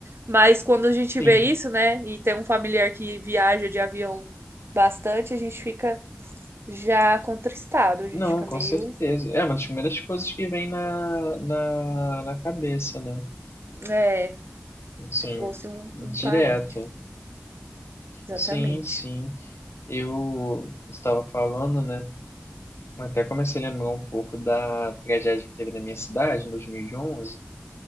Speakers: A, on the right; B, on the left.
A: Mas quando a gente
B: Sim.
A: vê isso, né, e tem um familiar que viaja de avião bastante, a gente fica já contristado, a gente
B: Não,
A: fica
B: com
A: meio,
B: certeza. É uma das primeiras coisas que vem na, na, na cabeça, né?
A: né,
B: Assim,
A: se fosse um,
B: direto.
A: um parente, exatamente.
B: Sim, sim. Eu estava falando, né? Eu Até comecei a lembrar um pouco da tragédia que teve na minha cidade, em 2011,